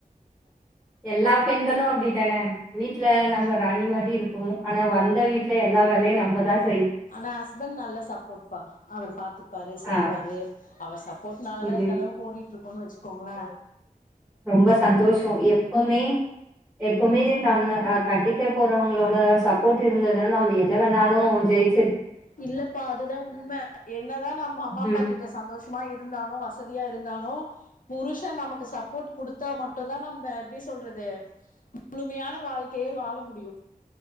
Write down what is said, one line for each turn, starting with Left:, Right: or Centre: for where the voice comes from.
Centre: எல்லா பெண்களு அப்டிதானே வீட்ல
Left: ஆ
Centre: நம்ம ராணி மாரி இருப்போ ஆனா வந் த வீட்ல எல்லா வேலையு நம்பதா செ
Left: ஆனா ஹஸ்பண்ட் நல்ல சப்போட் பா அவரு பாத்துப்பாரு செய்வாரு
Centre: ஆ
Left: அவர் சப்போர்ட்னாலதா
Centre: இது
Left: இந்த அளவுக்கு ஓடிட்ருக்கோன்னு வச்சுக் கோங்கள
Centre: ரொம்ப சந்தோஷ எப்போமே எப்போமே தன்ன அக் கட்டிக்க போறவங்களோட ஸ் சப்போர்ட் இருந்ததுன நம்ம எத வேணாலு ஜெய்ப்
Left: இல்லப்பா அதுதா உண்ம என்னதா நம்ம அம்மா அப்பா
Centre: ம்
Left: கிட்ட சந்தோஷமா இருந்தாலு வச ததியா இருந்தாலு புருஷ நமக்கு சப்போர்ட் குடுத்தா மட்டுந்தா நம்ப எப்டி சொல்றது முழுமையான வாழ்க்கையே வாழ முடியு